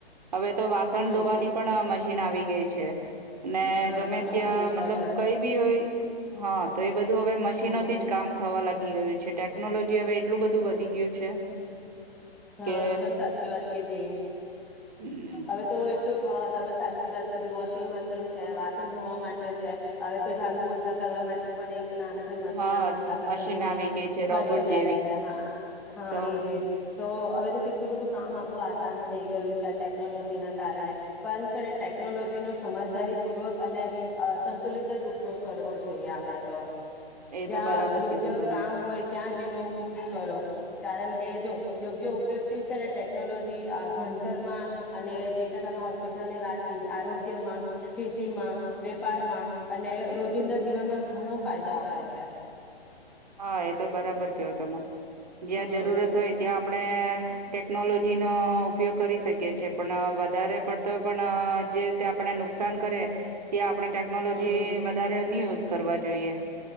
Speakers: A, on the right (about 40°); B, in the centre.
A: હવે તો વાસણ
B: હમ
A: ધોવાની પણ મશીન આવી ગઈ છે, અને
B: હા
A: ગમે
B: હા
A: ત્યાં
B: ડિશવોશર
A: મતલબ કઈ બી હોય હા તો એ બધું હવે મશીનોથી
B: હમ
A: જ કામ થવા લાગી ગયું છે. છે ટેકનોલોજી હવે એટલું બધું વધી ગયું છે. કે
B: હા એકદમ સાચી વાત કીધી,
A: હમ્મ,
B: હવે તો તમે સાચી વાત કીધી વોશિંગ મશીન છે વાસણ ધોવા માટે છે, હવે તો ઝાડુ પોછા કરવા માટે પણ એક નાનકડી મશીના
A: હા
B: છે કે આખા
A: મશીન
B: ઘરમાં
A: આવી
B: એ,
A: ગઈ છે
B: ફરી
A: રોબોટ
B: જાય
A: જેવી
B: છે હા હા
A: તો
B: એ જ. તો હવે તો કેટલું બધું કામ આપણું આસાન થઈ ગયું છે ટેકનોલોજી ના કારણે, પણ છે ને ટેકનોલોજી નો સમજદારી પૂર્વક અને, સંતુલિત જ ઉપયોગ કરવો જોઈએ આપડણે તો.
A: એ
B: જ્યાં
A: તો બરાબર
B: યોગ્ય
A: કીધું તમે.
B: કામ હોય ત્યાં જ એનો યુઝ કરો, કારણ કે કેજો યોગ્ય ઉપયોગથી છે ને ટેકનોલોજી ભણતરમાં, અને જે તે તમે હોસ્પિટલની વાત કરી આરોગ્યમાં, ખેતીમાં, વેપારમાં, અને રોજિંદા જીવનમાં ઘણો ફાયદો આપે છે.
A: હા એ તો બરાબર કયો તમે. જ્યાં
B: હમ
A: જરૂરત હોય ત્યાં આપણે, ટેકનોલોજી નો ઉપયોગ કરી શકીએ છીએ પણ વધારે પડતો પણ જે આપને નુકસાન કરે. ત્યાં આપણે ટેકનોલોજી
B: હમ
A: વધારે નહી હો કરવા જોઈએ.